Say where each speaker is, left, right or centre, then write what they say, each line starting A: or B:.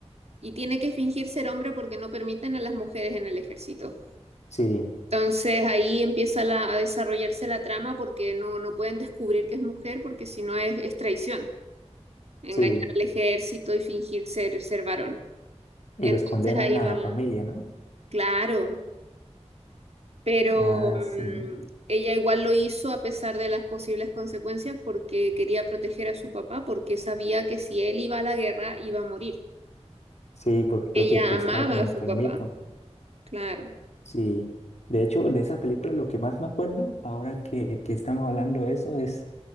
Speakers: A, on the right; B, on the left.
A: y tiene que fingir ser hombre porque no permiten a las mujeres en el ejército.
B: Sí,
A: Entonces ahí empieza la- a desarrollarse la trama porque no, no pueden descubrir que es mujer porque si no es, es traición, engañar
B: sí.
A: al ejército y fingir ser, ser varón.
B: Y
A: Entonces
B: los condenan
A: ahí
B: a
A: va,
B: la familia, ¿no?
A: claro, pero
B: Ah,
A: mm,
B: sí.
A: ella igual lo hizo a pesar de las posibles consecuencias porque quería proteger a su papá porque sabía que si él iba a la guerra iba a morir.
B: Sí, porque creo
A: Ella
B: que te
A: amaba
B: estaba como
A: a
B: enfermito.
A: su papá, claro.
B: Sí, de hecho, de esa película lo que más me acuerdo, ahora que, que estamos hablando de eso, es,